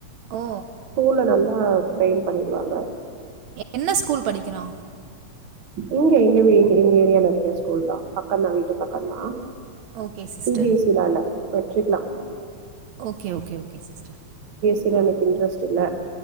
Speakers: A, on the right; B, on the right.
A: ஓ!
B: ஸ்கூல்ல நல்லா ட்ரைய்ன் பண்ணிடுவாங்க.
A: என்ன ஸ்கூல் படி க்கிறா
B: இங்க எங்கவே எங் எங்க ஏரியால இருக்க ஸ்கூல்தா பக்கந்தா. வீட்டு பக்கந்தா.
A: Okay sister.
B: C B எஸ் சி-னால வெற்றிக்லா
A: ஓகே ஓகே ஓகே சிஸ்டர்.
B: தில எனக் இன்ட்ரஸ்ட் இல்ல